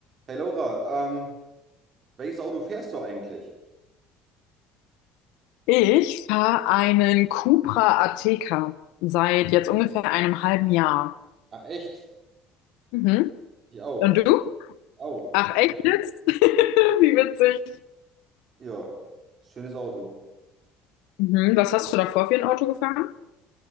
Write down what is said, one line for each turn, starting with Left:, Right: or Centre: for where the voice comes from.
Right: Hey Laura, ähm, welches Auto fährst du eigentlich?
Left: Ich fahre einen Cupra Ateca seit jetzt ungefähr einem halben Jahr.
Right: Ah, echt?
Left: Mhm.
Right: Ich auch.
Left: Und du?
Right: Auch.
Left: Ach echt jetzt? <laughs> Wie witzig.
Right: Ja, schönes Auto.
Left: Mhm. Was hast du davor für ein Auto gefahren?